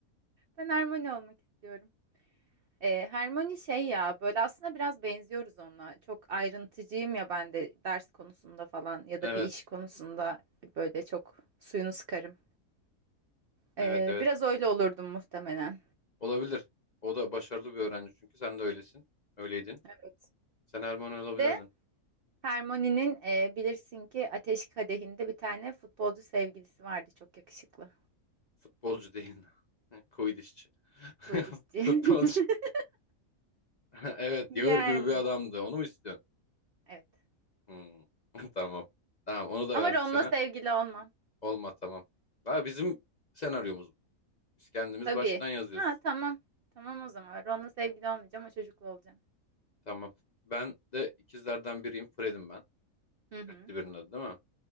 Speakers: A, on the right (about 70°); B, on the left (about 45°).
A: Ben harmoni olmak istiyorum. E, Hermione şey ya böyle aslında biraz benziyoruz onunla. Çok ayrıntıcıyım ya ben de ders konusunda falan ya
B: Evet.
A: da bir iş konusunda böyle çok suyunu sıkarım.
B: Evet
A: E,
B: evet.
A: biraz öyle olurdum muhtemelen.
B: Olabilir. O da başarılı bir öğrenci çünkü sen de öylesin. Öyleydin.
A: Evet.
B: Sen Erman olabilirdin.
A: Bir de Hermione'nin e, bilirsin ki Ateş Kadehi'nde bir tane futbolcu sevgilisi vardı çok yakışıklı.
B: Futbolcu değil. <laughs> Koydişçi. <laughs>
A: Quidditchçi.
B: Futbolcu.
A: <laughs>
B: <laughs> Evet,
A: Yani
B: Yağır gibi bir adamdı. Onu mu istiyorsun?
A: evet.
B: Hmm. <laughs> Tamam. Tamam, onu da
A: Ama
B: verdik
A: Ron'la
B: sana.
A: sevgili olmam.
B: Olma tamam. Ha, bizim senaryomuz bu. Biz kendimiz
A: Tabii.
B: baştan yazıyoruz.
A: Ha tamam. Tamam o zaman. Ron'la sevgili olmayacağım o çocukla olacağım.
B: Tamam. Ben de ikizlerden biriyim. Fred'im ben.
A: Hı hı.
B: Reddi birinin adı değil mi?